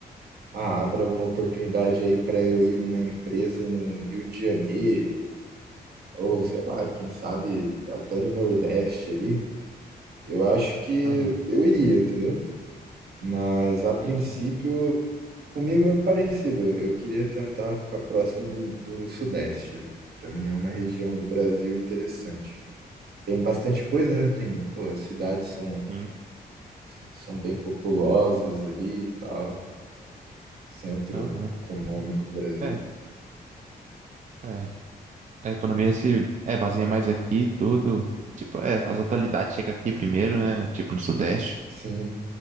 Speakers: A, on the right; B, on the right.
A: ah, abra uma oportunidade aí para eu ir numa empresa no Rio de Janeiro Ou sei lá, quem sabe até no Nordeste ali, eu acho que
B: Aham,
A: eu iria, entendeu? Mas a princípio,
B: entendi.
A: comigo é parecido. Eu queria tentar ficar próximo do, do Sudeste. Para mim é uma região do Brasil interessante. Tem bastante coisa, né? Tem, pô, as cidades são,
B: Sim.
A: são bem populosas ali e tal. Centro
B: Aham.
A: econômico do Brasil.
B: É, é. A economia se é, baseia mais aqui, tudo. Tipo, é, as atualidades chegam aqui primeiro, né? Tipo, no Sudeste.
A: Sim,